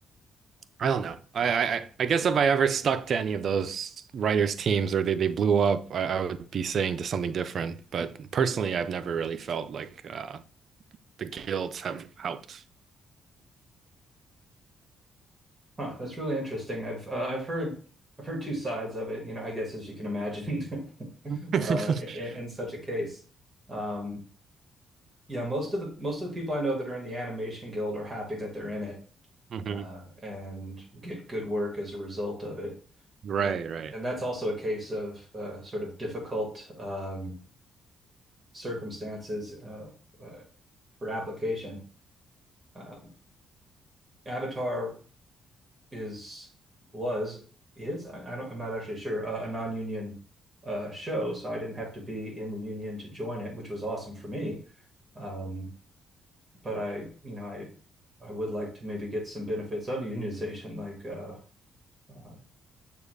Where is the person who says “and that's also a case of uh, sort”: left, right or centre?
Right